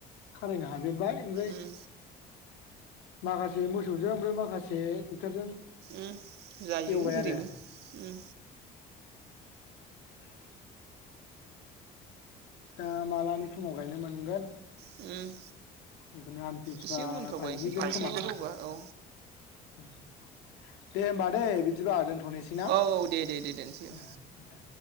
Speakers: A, on the left; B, on the right.
A: खारायनो हायो। जोब्बाय ओमफ्राय।
B: उम
A: माखासे मोसौजों ओमफ्राय माखासे ट्रेक्टरजों
B: उम जायो
A: एवबाय
B: जेरैबो
A: आरो
B: उम।
A: <unintelligible> दा मालानि समाव गायनो मोनगोन।
B: उम
A: बेखौनो आमथिसुवा
B: एसे उनफ्राव
A: बायहैगोन
B: गायसै खोथियाबो
A: खोमा दां।
B: जौबा औ
A: उम दे होमबा दैे बिदिबा दोन थ'नोसै ना
B: औ औ दे दे दे दोनसै औ
A: ए दे।